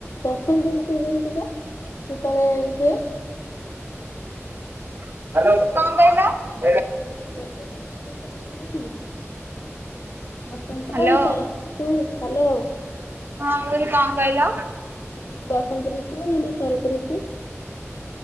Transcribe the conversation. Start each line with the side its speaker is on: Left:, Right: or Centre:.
Left: ବସନ୍ତ ଋତୁ ଯେମିତିକା ସେତେବେଳେ ହୁଏ।
Right: ହ୍ୟାଲୋ। <unintelligible>
Left: ମୁଁ କାଲି ଦସ ହଜାର ଏତେ ପଇସା କମେଇଛି ଯାଇଁଲୁ ବସନ୍ତ
Right: ହ୍ୟାଲୋ
Left: ଏଇ
Right: ହଁ
Left: ସରତ ଋତୁ ହେଲେ ଆଉ।
Right: ମୁଁ କହିଲି କଣ କହିଲ?
Left: ମୁଁ କହିଲି ବସନ୍ତ ଋତୁ ନହେଲେ ଶରତ ଋତୁ